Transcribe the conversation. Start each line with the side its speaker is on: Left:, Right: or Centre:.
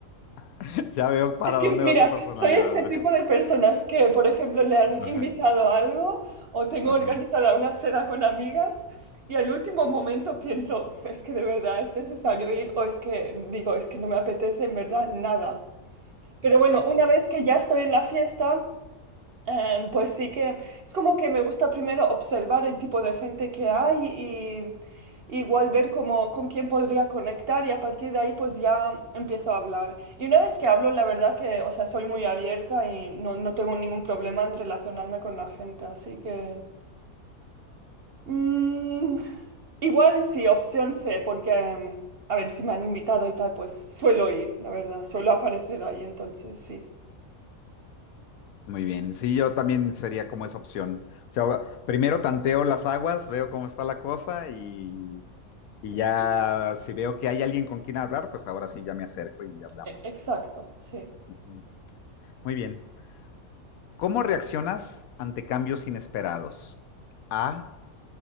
Left: <laughs> ya veo para
Right: Es que,
Left: dónde
Right: mira,
Left: va tu personalidad.
Right: soy este tipo
Left: Ajá.
Right: de personas que, por ejemplo, le han
Left: Ajá,
Right: invitado a algo o tengo
Left: ajá.
Right: organizada una cena con amigas y al último momento pienso, es que de verdad es necesario ir o es que digo, es que no me apetece en verdad nada. Pero bueno, una vez que ya estoy en la fiesta... Em, pues sí que es como que me gusta primero observar el tipo de gente que hay y igual ver cómo, con quién podría conectar y a partir de ahí pues ya empiezo a hablar. Y una vez que hablo, la verdad que, o sea, soy muy abierta y no, no tengo ningún problema en relacionarme con la gente, así que... mm, igual sí, opción C, porque em, a ver si me han invitado y tal, pues suelo ir, la verdad, suelo aparecer ahí, entonces sí.
Left: Muy bien, sí, yo también sería como esa opción. O sea,
Right: <laughs>
Left: primero tanteo las aguas, veo cómo está la cosa y, y
Right: Es-
Left: ya si veo que hay alguien con quien hablar, pues ahora sí ya me acerco y hablamos.
Right: e- Exacto, sí.
Left: Ujú. Muy bien. ¿Cómo reaccionas ante cambios inesperados? A.